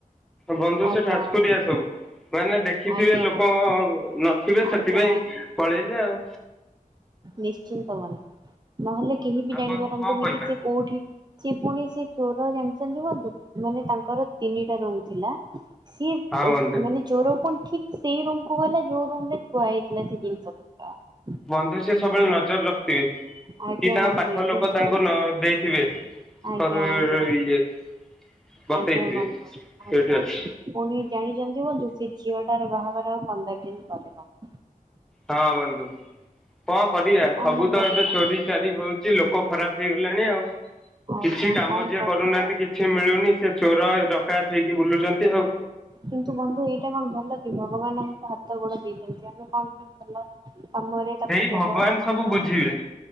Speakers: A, in the centre; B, on the right.
A: ବନ୍ଧୁ
B: ଆଜ୍ଞା
A: ସେ ଠାସକୁରିଆ
B: ବନ୍ଧୁ।
A: ସବୁ। ମାନେ ଦେଖିଥିବେ
B: ଆଜ୍ଞା
A: ଲୋକ
B: ବନ୍ଧୁ
A: ନଥିବେ
B: ଆଜ୍ଞା
A: ସେଥିପାଇଁ
B: ଆଜ୍ଞା।
A: ପଳେଇଲେ ଆଉ।
B: ନିଶ୍ଚିନ୍ତ ଵନ୍ଧୁ ନହେଲେ କେହି
A: ଆଉ
B: ବି ଜାଣିପାରନ୍ତେନି
A: ବନ୍ଧୁ କଣ କହିବା
B: କି ସିଏ କୋଉଠି ସେ ପୁଣି ସେ ଚୋର ଜାଣିଚନ୍ତି ବନ୍ଧୁ ମାନେ ତାଙ୍କର ତିନିଟା ରୋହୁଥିଲା। ସିଏ
A: ହଁ
B: ବ
A: ବନ୍ଧୁ
B: ମାନେ ଚୋର କଣ ଠିକ୍ ସେଇ ରୁମ କୁ ଗଲା ଯୋଉ ରୁମରେ ଥୁଆ ହେଇଥିଲା ସେ ଜିନିଷ ପତ୍ର କା
A: ବନ୍ଧୁ ସେ ସବୁବେଳେ ନଜର ରଖିଥିବେ କି
B: ଆଜ୍ଞା
A: ତାଙ୍କ
B: ବନ୍ଧୁ
A: ପାଖର
B: ଏବେ
A: ଲୋକ
B: ବହୁତ
A: ତାଙ୍କୁ ନଦେଇ ଥିବେ
B: ଆଜ୍ଞା
A: କତ
B: ଆଜ୍ଞା
A: ର ଇଏ। ବତେଇଥିବେ।
B: ଆଜ୍ଞା ବନ୍ଧୁ
A: ସେଇଠି
B: ଆଜ୍ଞା
A: ଅଛି
B: ପୁଣି ଜାଣିଚନ୍ତି ବନ୍ଧୁ ସେ ଝିଅ ତାର ବାହାଘର ଆଉ ପନ୍ଦର ଦିଇନ ପରେ ହବ।
A: ହଁ ବନ୍ଧୁ କଣ କରିବା
B: କଣ
A: ସବୁ ତ
B: କରିବା
A: ଏବେ ଚୋରି ଚାରି ହଉଛି ଲୋକ ଖରାପ ହେଇ ଗଲେଣି ଆଉ।
B: ଆଜ୍ଞା
A: କିଛି କାମ
B: କଣ
A: ଯିଏ
B: କରିବ?
A: କରୁନାହାନ୍ତି କିଛି ମିଳୁନି ସେ ଚୋର ରକାାୟତ ହେଇକି ବୁଲୁଚନ୍ତି ଆଉ।
B: କିନ୍ତୁ ବନ୍ଧୁ ଏଇଟା କଣ ଭଲ କି ଭଗବାନ ଆମକୁ ହାତ ଗୋଡ ଦେଇଚନ୍ତି ଆମେ କଣ ପାଇଁ ଭଲ କାମରେ ତାକୁ
A: ସେଇ
B: ବ୍ୟବହାର
A: ଭଗବାନ
B: ନକରି
A: ସବୁ ବୁଝିବେ
B: ହବ